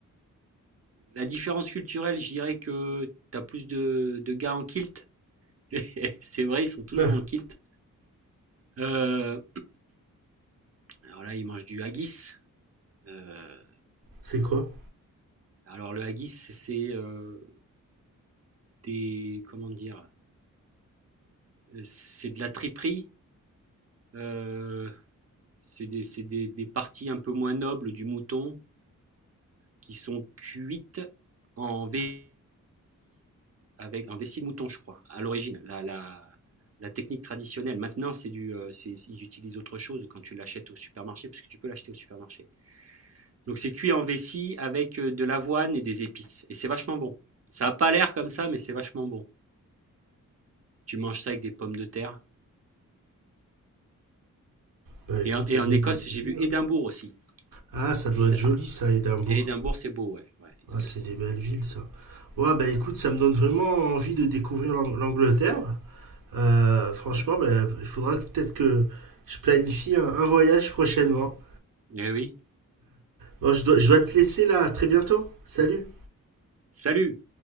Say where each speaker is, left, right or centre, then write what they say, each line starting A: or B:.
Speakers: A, on the right (about 45°); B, on the right (about 80°).
A: La différence culturelle, je dirais que tu as plus de de gars en kilt. <laughs> C'est vrai, ils sont toujours
B: Ah,
A: en kilt. Euh, alors là, ils mangent du haggis. Euh,
B: c'est quoi?
A: alors le haggis, c'est euh, des comment dire, euh, c'est de la triperie. euh, c'est des, c'est des- des parties un peu moins nobles du mouton qui sont cuites en vessie, avec un vessie de mouton, je crois, à l'origine. La, la, la technique traditionnelle. Maintenant, c'est du, euh, c'est- ils utilisent autre chose quand tu l'achètes au supermarché, parce que tu peux l'acheter au supermarché. Donc c'est cuit en vessie avec euh, de l'avoine et des épices. Et c'est vachement bon. Ça a pas l'air comme ça, mais c'est vachement bon. Tu manges ça avec des pommes de terre.
B: Bah écoute,
A: Et, en-
B: ça
A: et en
B: donne
A: Écosse,
B: des
A: j'ai
B: idées,
A: vu
B: hein.
A: Édimbourg aussi.
B: Ah, ça doit
A: Éd-
B: être joli ça, Édimbourg.
A: Édimbourg, c'est beau, ouais. Ouais, Édimbourg,
B: Ah, c'est
A: c'est
B: des
A: beau.
B: belles villes ça. Ouais, bah
A: Ouais,
B: écoute, ça me donne vraiment envie de découvrir l'Ang- l'Angleterre. Euh, franchement,
A: ouais.
B: ben, il faudra que- peut-être que je planifie un, un voyage prochainement.
A: Eh oui.
B: Bon, je dois, je dois te laisser là, à très bientôt. Salut!
A: Salut!